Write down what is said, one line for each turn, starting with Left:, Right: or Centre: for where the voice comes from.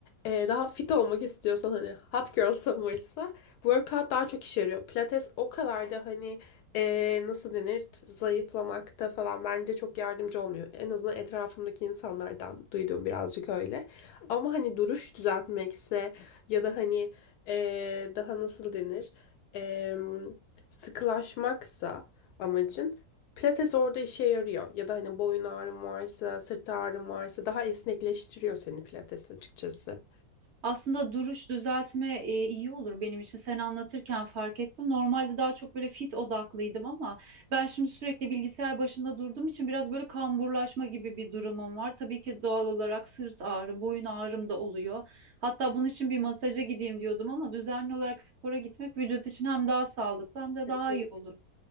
Left: Ee, daha fit olmak istiyorsan hani hot girl summer'sa workout daha çok işe yarıyor. Pilates o kadar da hani ee, nasıl denir zayıflamakta falan bence çok yardımcı olmuyor. En azından etrafımdaki insanlardan duyduğum birazcık öyle. Ama hani duruş düzeltmekse ya da hani eee, daha nasıl denir? Eee, sıkılaşmaksa amacın pilates orada işe yarıyor. Ya da hani boyun ağrın varsa, sırt ağrın varsa daha esnekleştiriyor seni pilates açıkçası.
Right: Aslında duruş düzeltme e, iyi olur benim için. Sen anlatırken fark ettim. Normalde daha çok böyle fit odaklıydım ama ben şimdi sürekli bilgisayar başında durduğum için biraz böyle kamburlaşma gibi bir durumum var. Tabii ki doğal olarak sırt ağrım, boyun ağrım da oluyor. Hatta bunun için bir masaja gideyim diyordum ama düzenli olarak spora gitmek vücut için hem daha sağlıklı hem de
Left: Kesin-
Right: daha iyi olur.